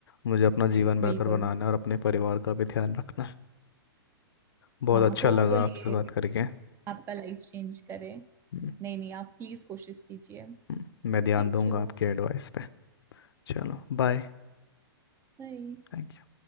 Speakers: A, on the left; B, on the right.
A: मुझे अपना जीवन बेहतर
B: बिल्कुल
A: बनाना है और अपने परिवार का भी ध्यान रखना है बहुत
B: हाँ
A: अच्छा
B: होपफुल
A: लगा आपसे
B: ये
A: बात करके
B: आपका लाइफ चेंज करे
A: हम्म,
B: नहीं नहीं आप प्लीज कोशिश कीजिए
A: हम्म, मैं
B: Thank
A: ध्यान दूंगा
B: you
A: आपकी एडवाइस पे चलो बाय
B: बाय
A: Thank you